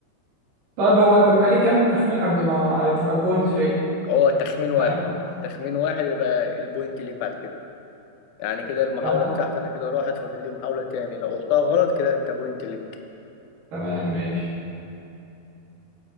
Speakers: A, on the right (about 70°); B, on the left (about 85°).
A: طيب هو انت بيبقى ليك كام تخمين قبل ما تبقى البوينت ليه
B: هو تخمين واحد
A: يعني ما,
B: تخمين واحد يبقى البوينت ليك بعد كده يعني كده المحاولة
A: يعني ما
B: بتاعتي انا كده راحت فاضل لي محاولة تاني لو قلتها غلط كده انت بوينت ليك
A: تمام ماشي